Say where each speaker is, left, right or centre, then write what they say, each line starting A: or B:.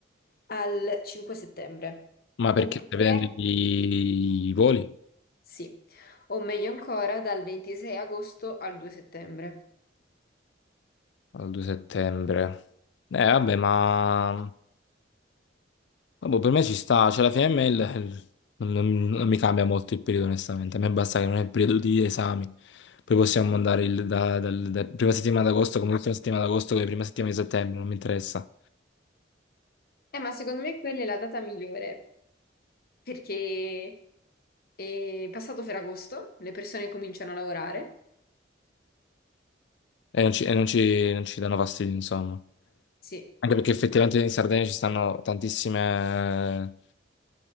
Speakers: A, on the left; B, on the left.
A: al 5 settembre,
B: Ma perché
A: oppure
B: stai vedendo i i voli?
A: sì, o meglio ancora dal 26 agosto al 2 settembre.
B: Al 2 settembre. Eh, vabbè, ma... Ah, boh, per me ci sta, cioè la FML non, non- non mi cambia molto il periodo onestamente, a me basta che non è il periodo di esami, poi possiamo andare il- da, dal- da prima settimana d'agosto come l'ultima settimana d'agosto come prima settimana di settembre, non mi interessa
A: Eh, ma secondo me quella è la data migliore perché è passato Ferragosto, le persone cominciano a lavorare.
B: e non ci, e non ci- non ci danno fastidio insomma,
A: Sì,
B: anche perché effettivamente in Sardegna ci stanno tantissime,